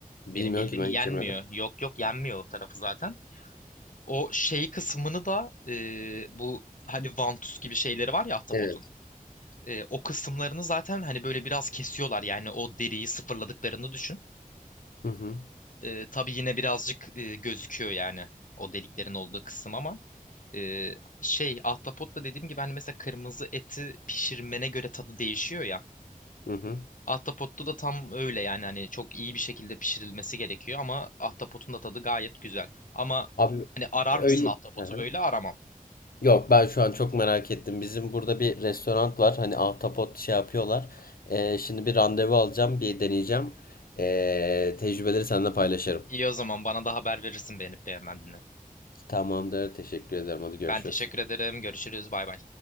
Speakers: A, on the left; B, on the left.
A: Bilmiyorum
B: Benim bildiğim
A: ki ben
B: yenmiyor.
A: hiç yemedim.
B: Yok yok yenmiyor o tarafı zaten. O şey kısmını da e, bu hani vantuz gibi şeyleri var ya ahtapotun.
A: Evet.
B: E, o kısımlarını zaten hani böyle biraz kesiyorlar yani o deriyi sıfırladıklarını düşün.
A: Hı hı.
B: E, tabii yine birazcık e, gözüküyor yani o deliklerin olduğu kısım ama e, şey ahtapotla dediğim gibi hani mesela kırmızı eti pişirmene göre tadı değişiyor ya.
A: Hı hı.
B: Ahtapotta da tam öyle yani hani çok iyi bir şekilde pişirilmesi gerekiyor ama ahtapotun da tadı gayet güzel. Ama
A: Abi
B: hani arar
A: öyle.
B: mısın ahtapotu
A: Hı hı.
B: böyle aramam.
A: Yok ben şu an çok merak ettim. Bizim burada bir restoran var. Hani ahtapot şey yapıyorlar. Ee, şimdi bir randevu alacağım. Bir deneyeceğim. Ee, tecrübeleri seninle paylaşırım.
B: İyi o zaman bana da haber verirsin beğenip beğenmediğini.
A: Tamamdır. Teşekkür ederim. Hadi görüşürüz.
B: Ben teşekkür ederim. Görüşürüz. Bay bay.